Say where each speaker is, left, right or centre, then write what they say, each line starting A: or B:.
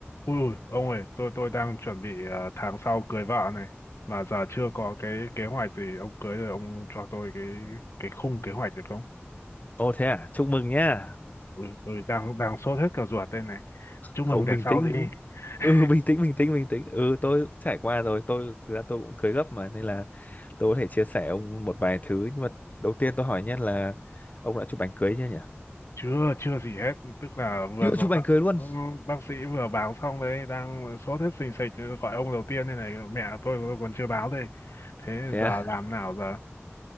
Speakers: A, on the left; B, on the left.
A: Ui, ui, ông ơi, tôi tôi đang chuẩn bị à, tháng sau cưới vợ này mà giờ chưa có cái kế hoạch gì, ông cưới rồi ông cho tôi cái cái khung kế hoạch được không?
B: Ồ thế à, chúc mừng nhá.
A: Ui, ui đang đang sốt hết cả ruột đây này.
B: Không
A: Chúc mừng để
B: bình
A: sau
B: tĩnh.
A: đi. <laughs>
B: Ừ <laughs> bình tĩnh bình tĩnh bình tĩnh. Ừ tôi cũng trải qua rồi, tôi thực ra tôi cũng cưới gấp mà nên là tôi có thể chia sẻ ông một vài thứ nhưng mà đầu tiên tôi hỏi nhé là ông đã chụp ảnh cưới chưa nhỉ?
A: Chưa chưa gì hết, tức là vừa
B: Chưa
A: rồi
B: chụp ảnh
A: bác
B: cưới luôn.
A: bác sĩ vừa báo xong đấy, đang sốt hết sình sịch gọi ông đầu tiên đây này, mẹ tôi tôi còn chưa báo đây. Thế
B: Thế
A: giờ
B: à?
A: làm nào giờ?